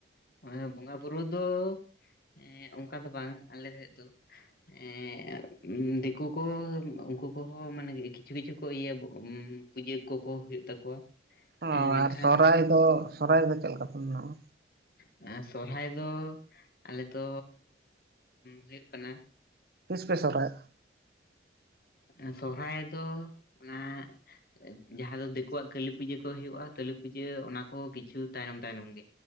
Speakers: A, on the left; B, on the right.
A: ᱚᱱᱮᱸ ᱵᱚᱸᱜᱟ ᱵᱩᱨᱩ ᱫᱚ ᱮᱸᱫ ᱚᱝᱠᱟ ᱫᱚ ᱵᱟᱝ ᱟᱞᱮ ᱥᱮᱫ ᱫᱚ᱾ ᱮᱸ ᱫᱮᱠᱩ ᱠᱚ ᱠᱚ ᱩᱝᱠᱩ ᱠᱚᱦᱚᱸ ᱢᱟᱱᱮ ᱠᱤᱪᱷᱩ ᱠᱤᱪᱷᱩ ᱠᱚ ᱤᱭᱟᱹ ᱵᱚ ᱩᱢ ᱯᱩᱡᱟᱹ ᱠᱚᱠᱚ ᱦᱳᱭᱳᱜ ᱛᱟᱠᱚᱣᱟ
B: ᱚ
A: ᱮᱸ ᱢᱮᱱᱠᱷᱟᱱ
B: ᱟᱨ ᱥᱚᱦᱨᱟᱭ ᱫᱚ ᱥᱚᱨᱟᱭ ᱫᱚ ᱪᱮᱫ ᱞᱮᱠᱟᱯᱮ ᱢᱟᱱᱟᱣᱟ?
A: ᱮᱸ ᱥᱚᱨᱦᱟᱭ ᱫᱚ ᱟᱞᱮ ᱫᱚ ᱦᱳᱭᱳᱜ ᱠᱟᱱᱟ
B: ᱛᱤᱥ ᱯᱮ ᱥᱚᱦᱨᱟᱭᱚᱜ-ᱟ?
A: ᱮᱸ ᱥᱚᱦᱨᱟᱭ ᱫᱚ ᱚᱱᱟ ᱡᱟᱦᱟᱸ ᱫᱚ ᱫᱮᱠᱳᱣᱟᱜ ᱠᱟᱹᱞᱤ ᱯᱩᱡᱟᱹ ᱠᱚ ᱦᱳᱭᱳᱜᱼᱟ, ᱠᱟᱹᱞᱤ ᱯᱩᱡᱟᱹ ᱚᱱᱟ ᱠᱚ ᱠᱤᱪᱷᱩ ᱛᱟᱭᱱᱚᱢ ᱛᱟᱭᱱᱚᱢ ᱜᱮ